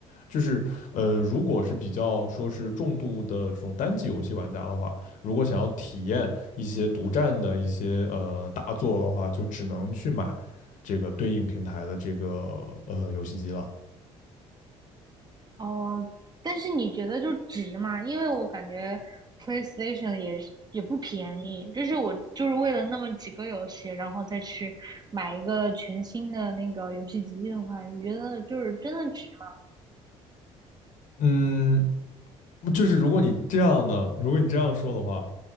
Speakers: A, on the left; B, on the right.
A: 就是呃，如果是比较说是重度的这种单机游戏玩家的话，如果想要体验一些独占的一些呃大作的话，就只能去买这个对应平台的这个呃游戏机了。
B: 哦，但是你觉得就值吗？因为我感觉 PlayStation 也是也不便宜，就是我就是为了那么几个游戏，然后再去买一个全新的那个游戏机的话，你觉得就是真的值吗？
A: 嗯，就是如果你这样的，如果你这样说的话，